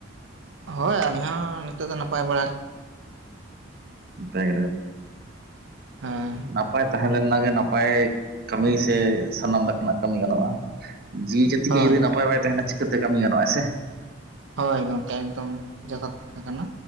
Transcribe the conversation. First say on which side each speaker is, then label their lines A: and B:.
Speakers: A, on the right; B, on the right.
A: ᱦᱳᱭ ᱟᱹᱞᱤᱧ ᱦᱚᱸ ᱱᱤᱛᱚᱜ ᱫᱚ ᱱᱟᱯᱟᱭ ᱵᱟᱲᱟ
B: ᱱ <unintelligible> ᱯᱟᱭ
A: ᱦᱮᱸ
B: ᱱᱟᱯᱟᱭ ᱛᱟᱦᱮᱸ ᱚᱱᱟ ᱜᱮ ᱱᱟᱯᱟᱭ ᱠᱟᱹᱢᱤ ᱥᱮ ᱥᱟᱱᱟᱢ ᱞᱮᱠᱟᱱᱟᱜ ᱠᱟᱹᱢᱤ ᱜᱟᱱᱚᱜᱼᱟ ᱡᱤᱣᱤ ᱡᱟᱹᱛᱤ
A: ᱦᱳᱭ
B: ᱜᱮ ᱡᱩᱫᱤ ᱱᱟᱯᱟᱭ
A: ᱦᱳᱭ
B: ᱵᱟᱭ ᱛᱟᱦᱮᱱᱟ ᱪᱤᱠᱟᱹᱛᱮ ᱠᱟᱹᱢᱤ ᱜᱟᱱᱚᱜ ᱟ ᱥᱮ,
A: ᱦᱳᱭ ᱜᱚᱢᱠᱮ ᱮᱠᱫᱚᱢ ᱡᱚᱛᱷᱟᱛ ᱠᱟᱛᱷᱟ ᱠᱟᱱᱟ,